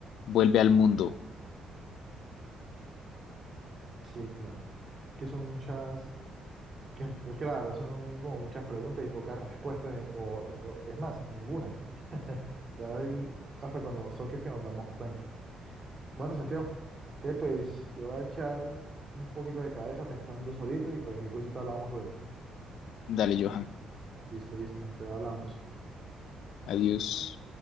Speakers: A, on the left; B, on the right.
A: vuelve al mundo.
B: Sí, claro. Que son muchas, que es que la verdad son como muchas preguntas y pocas respuestas, o, o- es más, ninguna. <laughs> Ya ahí, hasta cuando nos toques que nos damos cuenta. Bueno, Santiago, entonces pues yo voy a echar un poquito de cabeza pensando solito y cualquier cosita hablamos luego.
A: Dale, Johan.
B: Listo, listo, entonces hablamos.
A: Adiós.